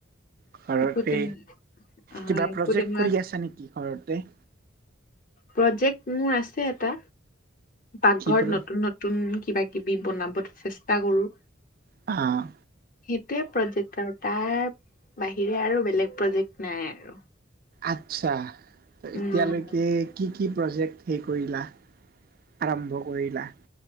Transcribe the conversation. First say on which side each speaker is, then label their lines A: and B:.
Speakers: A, on the right; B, on the left.
A: ঘৰতে,
B: একো তেনে আহ
A: কিবা
B: একো
A: প্ৰজেক্ট
B: তেনেকুৱা
A: কৰি আছা নেকি ঘৰতে?
B: প্ৰজেক্ট মোৰ আছে এটা, পাকঘৰত
A: কি প্ৰ
B: নতুন-নতুন নতুন কিবা-কিবি বনাব চেষ্টা কৰোঁ।
A: অহ।
B: সেইটোৱে প্ৰজেক্ট আৰু তাৰ বাহিৰে আৰু বেলেগ প্ৰজেক্ট নাই আৰু।
A: আচ্ছা। ত'
B: উম
A: এতিয়ালৈকে কি কি প্ৰজেক্ট হেৰি কৰিলা, আৰম্ভ কৰিলা?